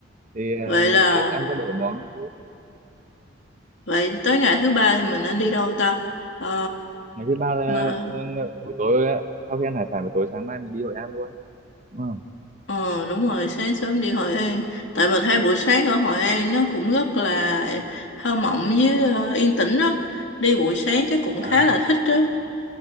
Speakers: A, on the right; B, on the left.
A: thì ờ,
B: vậy là
A: ấy, ăn cho đổi món một chút.
B: vậy tới ngày thứ ba thì mình nên đi đâu ta? Ờ,
A: Ngày thứ ba là
B: mà,
A: ờ, ng- buổi tối ờ, sau khi ăn hải sản buổi tối sáng mai mình đi Hội An luôn. Đúng không?
B: ờ đúng rồi, sáng sớm đi Hội An. Tại mình thấy buổi sáng ở Hội An nó cũng rất là thơ mộng với ờ, yên tĩnh đó. Đi buổi sáng chắc cũng
A: À,
B: khá là thích đó.